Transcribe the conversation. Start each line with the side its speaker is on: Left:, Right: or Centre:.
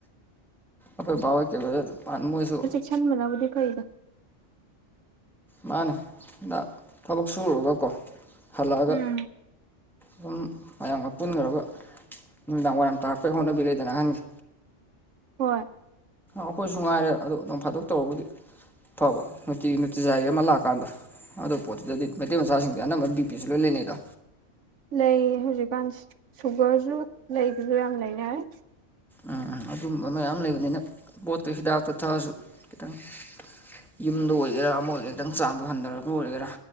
Centre: ꯑꯈꯣꯏ ꯕꯥꯍꯣꯏ ꯀꯩꯑꯣꯏ ꯑꯗꯨ ꯄꯥꯟ ꯃꯣꯏꯁꯨ
Right: ꯁꯟꯕꯅꯕꯨꯗꯤ ꯐꯩꯗ
Centre: ꯃꯥꯟꯅꯤ ꯗ ꯊꯕꯛ ꯁꯨꯔꯨꯔꯒꯀꯣ ꯍꯜꯂꯛꯑꯒ
Right: ꯎꯝ
Centre: ꯗꯨꯝ ꯃꯌꯥꯝꯒ ꯄꯨꯟꯒ꯭ꯔꯒ ꯅꯨꯃꯤꯗꯥꯡ ꯋꯥꯏꯔꯝ ꯇꯥꯔꯛꯄꯩ ꯍꯧꯅꯕꯤ ꯂꯩꯗꯅꯥ ꯑꯍꯟꯒꯤ
Right: ꯍꯣꯏ
Centre: ꯑꯈꯣꯏꯁꯨ ꯉꯥꯏꯔꯦ ꯑꯗꯣ ꯅꯣꯡ ꯐꯥꯗꯣꯛ ꯇꯧꯔꯕꯨꯗꯤ ꯐꯕ ꯅꯨꯡꯇꯤꯒꯤ ꯅꯨꯡꯇꯤꯖꯥꯏꯒꯤ ꯑꯃ ꯂꯥꯛꯑꯀꯥꯟꯗ ꯑꯗꯣ ꯄꯣꯠꯇꯨꯗꯗꯤ ꯃꯩꯇꯩ ꯃꯆꯥꯁꯤꯡꯖꯦ ꯑꯅꯝꯕ ꯕꯤ ꯄꯤꯖꯨ ꯂꯣꯏ ꯂꯩꯅꯩꯗꯣ
Right: ꯂꯩ ꯍꯧꯖꯤꯛꯀꯥꯟꯁꯦ ꯁꯨꯒꯔꯖꯨ ꯂꯩꯕꯖꯨ ꯌꯥꯝ ꯂꯩꯅꯔꯦ
Centre: ꯑ ꯑꯥ ꯑꯗꯨꯝꯕ ꯃꯌꯥꯝ ꯂꯩꯕꯅꯤꯅ ꯄꯣꯠꯇꯨ ꯍꯤꯗꯥꯛꯇꯨ ꯊꯛꯑꯖꯨ ꯈꯤꯇꯪ ꯌꯨꯝꯗ ꯑꯣꯏꯒꯦꯔꯥ ꯑꯃ ꯑꯣꯏꯒꯦ ꯈꯤꯇꯪ ꯆꯥꯡꯗꯨ ꯍꯟꯗꯔꯒ ꯑꯣꯏꯒꯦꯔꯥ